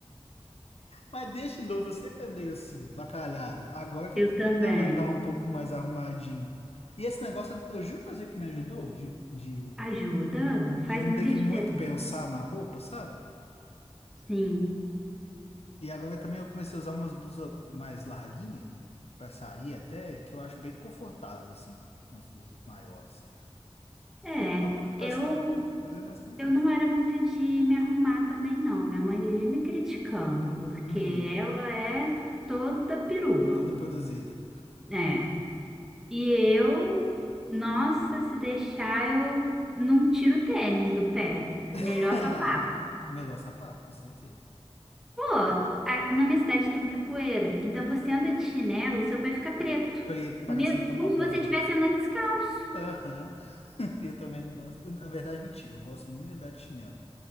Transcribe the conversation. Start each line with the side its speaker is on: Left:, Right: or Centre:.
Left: Mas deixa novo, eu sempre andei assim, vacalhado. Agora que
Centre: Eu
Left: eu tô
Centre: também.
Left: tentando andar um pouco mais arrumadinho. E esse negócio, eu juro pra você que me ajudou de, de,
Centre: Ajuda,
Left: de
Centre: faz
Left: não
Centre: muita
Left: ter que
Centre: diferença.
Left: muito pensar na roupa, sabe?
Centre: Sim.
Left: E agora também eu comecei a usar umas blusas mais larguinha pra sair até, que eu acho bem confortável, assim, umas blusas maiores.
Centre: É.
Left: Então, pra
Centre: Eu
Left: sair, essa coisa é mais tranquila.
Centre: Eu não era muito de me arrumar também, não. Minha mãe vivia me criticando, porque
Left: Uhum,
Centre: ela é toda perua.
Left: tudo produzida.
Centre: É. E eu, nossa, se deixar, eu não tiro o tênis do pé.
Left: <laughs>
Centre: Melhor sapato.
Left: Melhor sapato, com certeza.
Centre: Pô, a- na minha cidade tem muita poeira. Então você anda de chinelo, seu pé fica preto.
Left: Preto, parecendo
Centre: Me-
Left: tomar
Centre: Como se
Left: banho.
Centre: você estivesse andando descalço.
Left: Aham. <laughs> Eu também não gosto. Na verdade, mentira, eu gosto muito de andar de chinelo.